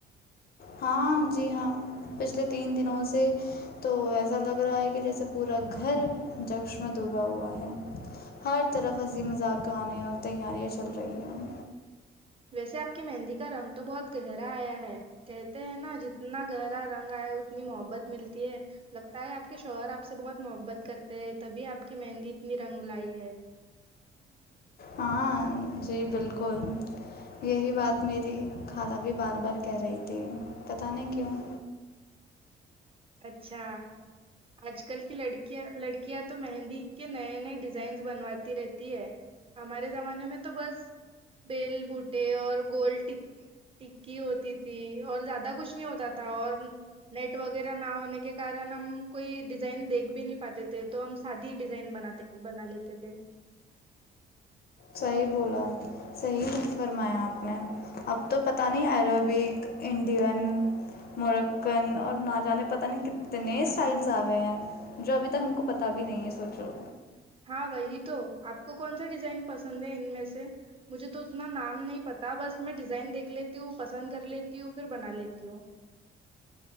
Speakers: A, on the left; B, on the right.
A: ہاں جی ہاں پچھلے تین دنوں سے تو ایسا لگ رہا ہے کہ جیسے پورا گھر جکش میں ڈوبا ہوا ہے ہر طرف ہنسی مذاق گانے اور تیاریاں چل رہی ہیں
B: ویسے آپ کی مہندی کا رنگ تو بہت گہرا آیا ہے کہتے ہیں نا جتنا گہرا رنگ آیا اتنی محبت ملتی ہے لگتا ہے آپ کے شوہر آپ سے بہت محبت کرتے ہیں تبھی آپ کی مہندی اتنی رنگ لائی ہے
A: ہاں جی بالکل یہی بات میری خھالہ بھی بار بار کہہ رہی تھی پتاہ نہیں کیوں
B: اچھا آج کل کی لڑکیاں لڑکیاں تو مہندی کے نئے نئے ڈیزائنس بنواتی رہتی ہے ہمارے زمانے میں تو بس بیل بوٹے اور گول ٹکی ہوتی تھی اور زیادہ کچھ نہیں ہوتا تھا اور نیٹ و وغیرہ نہ ہونے کے کن ہم کوئی ڈیزائن دیکھ بھی نہیں پاتے تھے تو ہم سادی ڈیزائن بنات بنا لیتے تھے
A: صحیح بولا صحیح فرمایا آپ نے اب تو پت نہیں عربک انڈین مرکن اور نہ جانے پتتا نہیں کتنے اسٹائلس آ گئے ہیں جو ابھی تک ہم کو پتہ بھی نہیں ہے سوچ لو
B: ہاں وہی تو آپ کو کون سا ڈیزائن پسند ہے ان میں سے مجھے تو اتنا نام نہیں پتا بس میں ڈیزائن دیکھ لیتی ہوں پسند کر لیتی ہوں پھر بنا لیتی ہوں